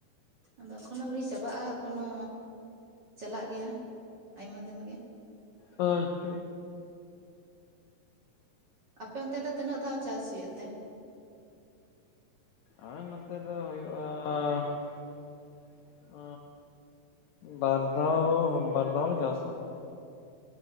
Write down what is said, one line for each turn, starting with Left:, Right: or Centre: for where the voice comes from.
Right: ᱟᱫᱚ ᱮᱠᱷᱚᱱᱳ ᱟᱹᱣᱨᱤ ᱪᱟᱵᱟᱜᱼᱟ ᱮᱠᱷᱚᱱᱳ ᱪᱟᱞᱟᱜ ᱜᱮᱭᱟ ᱟᱭᱢᱟ ᱫᱤᱱ ᱜᱮ᱾
Left: ᱦᱳᱭ <inaudible>
Right: ᱟᱯᱮ ᱚᱱᱛᱮ ᱫᱚ ᱛᱤᱱᱟᱹᱜ ᱫᱷᱟᱣ ᱪᱟᱥ ᱦᱩᱭᱩᱜ ᱛᱮ?
Left: ᱟ ᱱᱚᱛᱮ ᱫᱚ ᱦᱩᱭᱩᱜᱼᱟ᱾ ᱟᱻᱜ ᱵᱟᱨ ᱫᱷᱟᱣ, ᱵᱟᱨ ᱫᱷᱟᱣ ᱞᱮ ᱪᱟᱥᱟ ᱛᱚ᱾